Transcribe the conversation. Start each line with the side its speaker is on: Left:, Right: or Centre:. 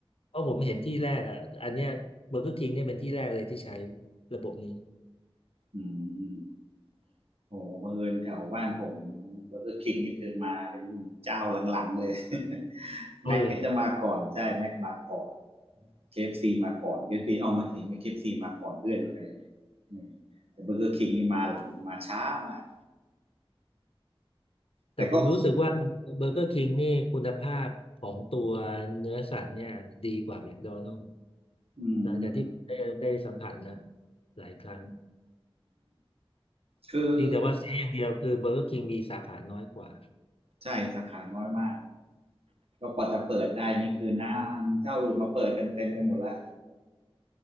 Left: เพราะผมเห็นที่แรกอ่ะอันเนี้ยเบอร์เกอร์คิงเนี่ยเป็นที่แรกเลยที่ใช้ระบบนี้
Right: อืม โอ้โหบังเอิญแถวบ้านผมเบอร์เกอร์คิงนี่คือมาเป็นเจ้าหลังๆเลย <laughs> แม็กนี่จะมาก่อน
Left: อ๋อเหรอ
Right: ใช่แม็กมาก่อน เคเอฟซีมาก่อนเคเอฟซีเอามาสิไม่เคเอฟซีมาก่อนเพื่อนใครอืมแต่เบอร์เกอร์คิงนี่มาหลังมาช้ามาก
Left: แต่ผมรู้สึกว่าเบอร์เกอร์คิงนี่คุณภาพของตัวเนื้อสัตว์เนี่ยดีกว่าแม
Right: แต่ก็
Left: d โดนัล s
Right: อื
Left: หลังจากที่ได้ได้สัมผัสนะ
Right: ม
Left: หลายครั้ง
Right: คือ
Left: เพียงแต่ว่าเสียอย่างเดียวคือเบอร์เกอร์คิงมีสาขาน้อยกว่า
Right: ใช่สาขาน้อยมากก็กว่าจะเปิดได้นี่คือนานเจ้าอื่นมาเปิดกันเต็มไปหมดแล้ว